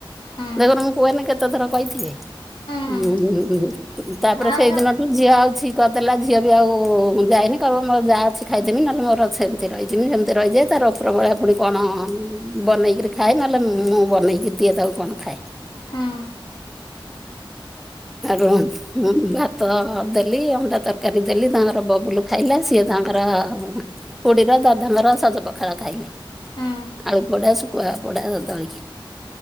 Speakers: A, on the left; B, in the centre.
A: ହୁଁ ହୁଁ
B: ଦେଖନୁ ମୁଁ କୁହେନି କେତେ ଥର କହିଥିବି। <unintelligible>
A: ହୁଁ
B: ତାପରେ
A: ଆଉ
B: ସେଇ
A: ଯୋଉ
B: ଦିନଠୁ ଝିଅ ଆଉଛି କରିଦେଲା ଝିଅ ବି ଆଉ ଯାଏନି କହିବ ମୋର ଯାହା ଅଛି ଖାଇଦେମି ନହେଲେ ମୋର ସେମତି ରହିଯିମି ସେମିତି ରହିଯାଏ ତ ତାର ଉପରବେଳା ପୁଣି କଣ ବନେଇକିରି ଖାଏ, ନହେଲେ ମୁଁ ବନେଇକି ଦିଏ ତାକୁ କଣ ଖାଏ।
A: ହୁଁ
B: ଏଠୁ ମୁଁ ଭାତ ଦେଲି ଅଣ୍ଡା ତରକାରୀ ଦେଲି ତାଙ୍କର ବବୁଲୁ ଖାଇଲା ସିଏ ତାଙ୍କ ତାଙ୍କର ଖୋଡିର ଦାଦାଙ୍କର ସଜପଖାଳ ଖାଇଲେ
A: ହୁଁ
B: ଆଳୁ ପୋଡ଼ା ଶୁ ଶୁକୁଆ ପୋଡ଼ା ଦଳିଖିଆ।